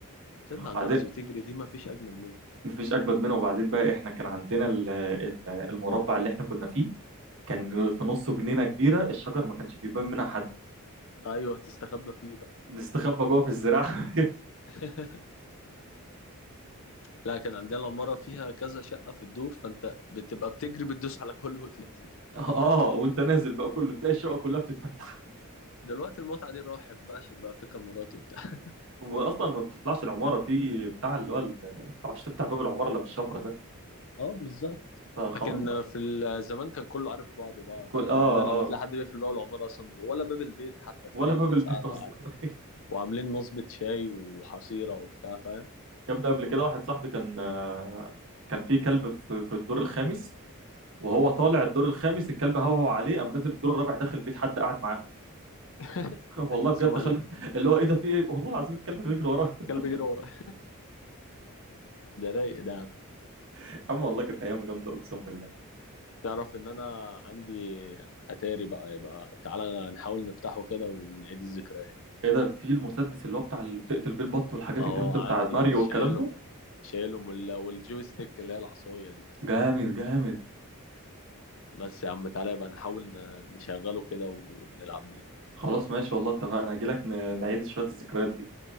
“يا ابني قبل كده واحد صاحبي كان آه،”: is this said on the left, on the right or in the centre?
Right